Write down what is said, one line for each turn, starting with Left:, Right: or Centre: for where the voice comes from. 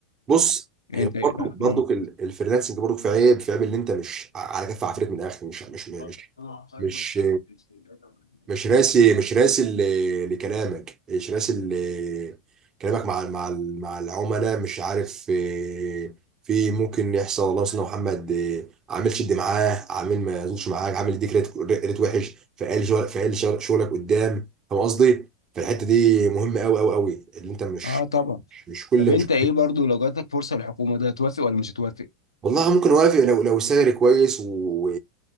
Right: بص
Left: يعني
Right: هي
Left: انت ايه
Right: برضو
Left: رأيك؟
Right: برضو
Left: مم.
Right: ال- الفريلانسنج برضو في عيب في عيب اللي انت مش على كف عفريت من الاخر مش مش مش
Left: <laughs>
Right: مش مش راسي مش راسي ل- لكلامك مش راسي ل- كلامك مع مع ال- مع العملاء مش عارف آه، في ممكن يحصل والله مثلا محمد آه، عامل شد معاه عامل ما يظبطش معاك عامل يديك ريت ريت وحش فقال شغل فقال شغل- شغلك قدام فاهم قصدي؟ فالحته دي مهمه قوي قوي قوي اللي انت مش
Left: اه طبعا
Right: مش كل
Left: طب انت
Right: مش
Left: ايه برضو لو جاتك فرصه للحكومه ده هتوافق ولا مش هتوافق
Right: والله ممكن اوافق لو لو السالري كويس و...